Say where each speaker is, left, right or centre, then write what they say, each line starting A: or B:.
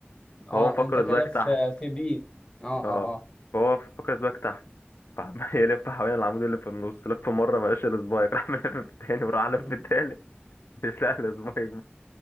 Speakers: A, on the left (about 20°); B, on the left (about 75°).
A: اه
B: فهو مفكر
A: انت كده
B: السبايك
A: في
B: تحت
A: في بي اه اه
B: اه
A: اه
B: فهو مفكر السبايك تحت فعمال <laughs> يلف حوالين العمود اللي في النص لف مرة ملاش السبايك راح ملف في التاني وراح لف
A: <laughs>
B: في التالت مش لاقي السبايك